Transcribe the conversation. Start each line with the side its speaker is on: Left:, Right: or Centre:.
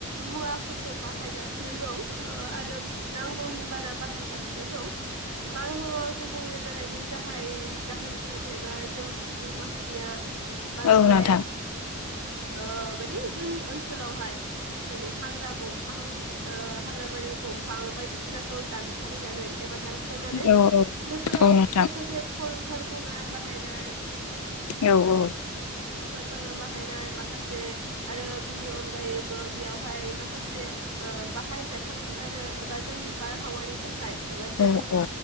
Right: मुवाफोरखौ बाहायगासिनो दं ओ आरो नांगौनि बारा बाहायगासिनो दं बारहावा गुबुंले जानायनि गाहाय जाहोन फोरा जाहैबाय जों सुबुं माहारिया बांद्राय
Left: औ नोंथां
Right: ओ माने जोंनि ओनसोलावहाय माने हाग्रा बंफां ओ हाग्राबारि बंफां बायदिसिनाखौ दानफायनानै एबा दान स्रांनानै
Left: औ औ
Right: बेफोराव
Left: औ नोंथां
Right: माखासे कल-कारखा ना बाहायनाय
Left: औ औ
Right: रखाना बाहायनाय माखासे आरो बिनि अनगायै ओ बेयावहाय माखासे ओ बाहायजाथाव आरो एबा जोंनि बारहावानि थाखाय एबा जोंनि
Left: औ औ